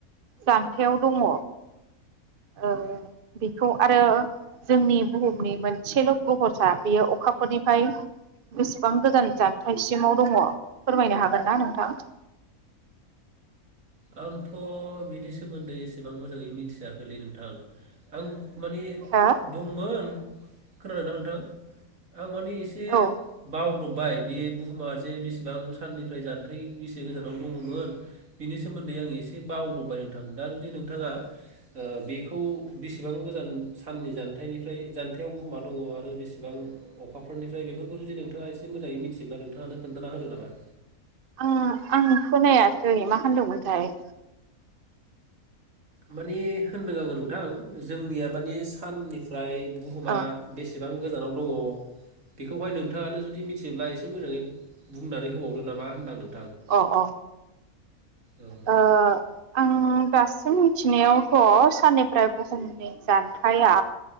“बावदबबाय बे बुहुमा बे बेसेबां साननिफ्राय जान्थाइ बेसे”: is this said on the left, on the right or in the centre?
Right